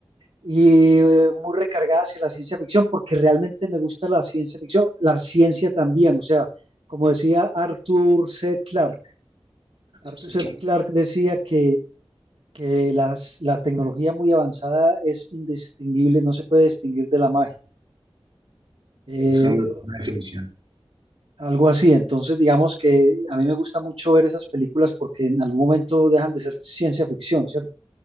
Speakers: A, on the right; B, on the right.
A: y eh, muy recargada hacia la ciencia ficción, porque realmente me gusta la ciencia ficción, la ciencia también, o sea, como decía Arthur C. Clarke, Arthur
B: Sí,
A: C.
B: claro.
A: Clarke decía que, que las, la tecnología muy avanzada es indistinguible, no se puede distinguir de la magia. Eh,
B: Es una muy buena definición. O
A: Algo así, entonces digamos que a mí me gusta mucho ver esas películas porque en algún momento dejan de ser ciencia ficción, ¿cierto?